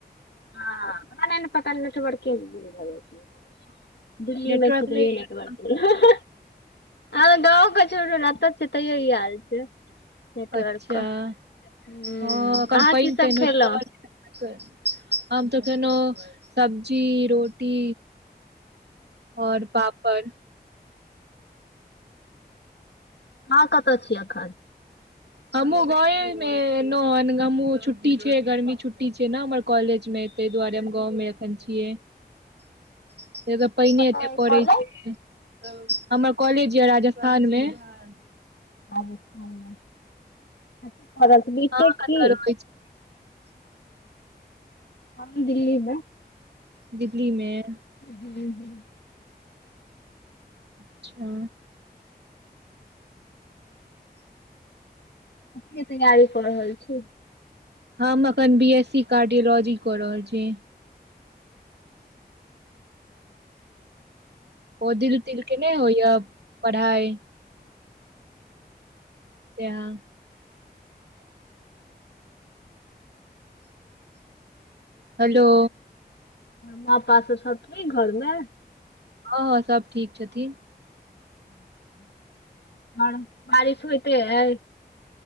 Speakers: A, on the left; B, on the right.
A: हँ पता नहि नेटवर्क गुल भ जाइ छै दिल्ली
B: नेटवर्क
A: मे छियय तैयो
B: नहि य
A: नेटवर्क नै ह गाँ के छोङु ना एत छीयय तैयो ई हाल छै नेटवर्क
B: अच्छा
A: के हूँ
B: हँ एखन
A: अहाँ
B: पानि
A: की सब
B: तानि
A: खेलौं
B: होइ छै त हम तऽ खेनौ सब्जी रोटी आउर पापड़
A: हँ कतऽ छी अखन
B: हमहूँ गावे मे एलहुँ हमहूँ छुट्टी छै गर्मी छुट्टी छै ने हमर कॉलेज मे ताहि दुआरे हम गाँव मे एखन छियै से त पइने
A: कतऽ
B: एते
A: अइ
B: पड़ै
A: कॉलेज
B: छै हमर कॉलेज य राजस्थान मे हँ
A: बी करत
B: अहाँ कतऽ
A: की
B: रहै छी
A: हम दिल्ली में
B: दिल्ली में
A: हू हं
B: अच्छा
A: कथी के तैयारी कऽ रहल छी
B: हम अखन बी एस सी कार्डियोलॉजी कऽ रहल छी ओ दिल तिल के नहि होइ य पढ़ाई ता हैलो
A: मा पास सब ठिक घर में
B: हँ हँ सब ठीक छथिन
A: <inaudible> ह बारिश होइते है